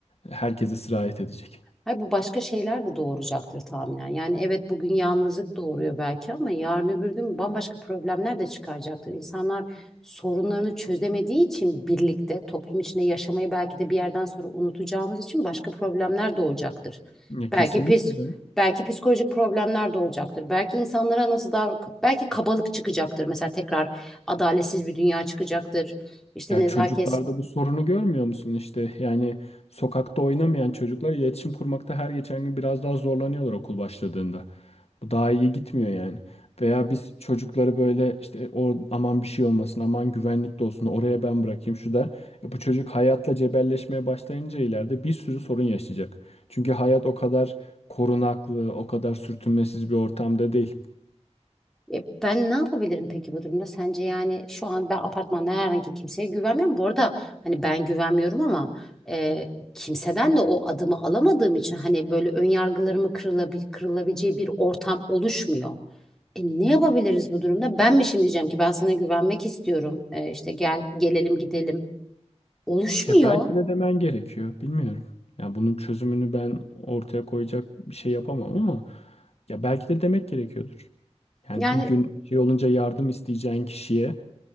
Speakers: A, on the left; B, in the centre.
A: herkese sirayet edecek.
B: Hayır, bu başka şeyler de doğuracaktır tahminen. Yani evet bugün yalnızlık doğuruyor belki ama yarın öbür gün bambaşka problemler de çıkaracaktır. İnsanlar sorunlarını çözemediği için birlikte toplum içinde yaşamayı belki de bir yerden sonra unutacağımız için başka problemler doğacaktır.
A: Ya
B: Belki
A: kesinlikle
B: pis,
A: canım.
B: belki psikolojik problemler doğacaktır. Belki insanlara nasıl davran, belki kabalık çıkacaktır. Mesela tekrar adaletsiz bir dünya çıkacaktır. İşte
A: Ya
B: nezaket
A: çocuklarda bu sorunu görmüyor musun işte? Yani sokakta oynamayan çocuklar iletişim kurmakta her geçen gün biraz daha zorlanıyorlar okul başladığında. Bu daha iyi gitmiyor yani. Veya biz çocukları böyle işte o aman bir şey olmasın, aman güvenlikte olsun, oraya ben bırakayım şu da. E bu çocuk hayatla cebelleşmeye başlayınca ileride bir sürü sorun yaşayacak. Çünkü hayat o kadar korunaklı, o kadar sürtünmesiz bir ortamda değil.
B: E, ben ne yapabilirim peki bu durumda? Sence yani şu an ben apartmanda herhangi kimseye güvenmiyorum. Bu arada hani ben güvenmiyorum ama e, kimseden de o adımı alamadığım için hani böyle ön yargılarımı kırılabil kırılabileceği bir ortam oluşmuyor. E, ne yapabiliriz bu durumda? Ben mi şimdi diyeceğim ki ben sana güvenmek istiyorum. E, işte gel gelelim gidelim. Oluşmuyor.
A: Ya belki de demen gerekiyor. Bilmiyorum. Ya bunun çözümünü ben ortaya koyacak bir şey yapamam ama ya belki de demek gerekiyordur. Yani
B: Yani
A: bir gün bir şey olunca yardım isteyeceğin kişiye